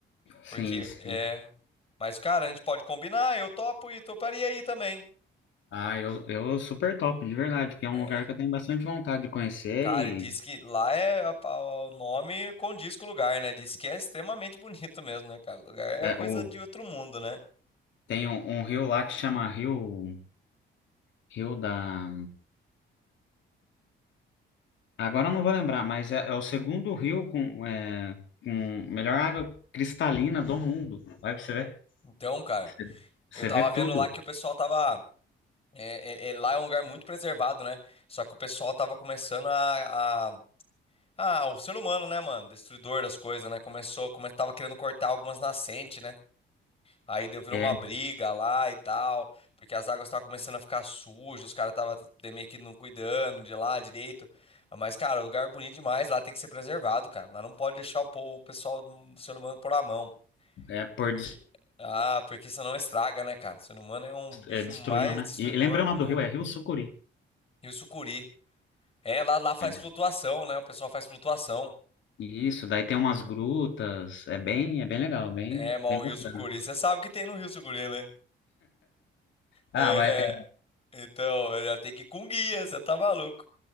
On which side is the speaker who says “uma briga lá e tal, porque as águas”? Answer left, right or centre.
Left